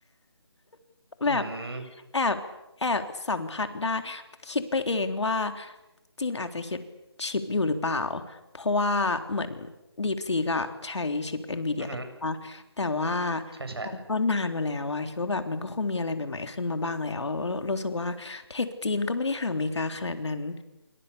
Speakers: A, on the left; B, on the right.
A: <laughs>
B: อืม
A: แบบแอบแอบสัมผัสได้คิดไปเองว่าจีนอาจจะคิดชิปอยู่หรือเปล่า เพราะว่าเหมือนดี e ซีก็ใช้ชิป NVIDIA
B: อือหือ
A: ใช่ปะ แต่ว่า
B: ใช่ใช่
A: มันก็นานมาแล้วอะคิดว่าแบบมันก็คงมีอะไรใหม่ๆขึ้นมาบ้างแล้วแล้วรู้สึกว่าเทคจีนก็ไม่ได้ห่างอเมริกาขนาดนั้น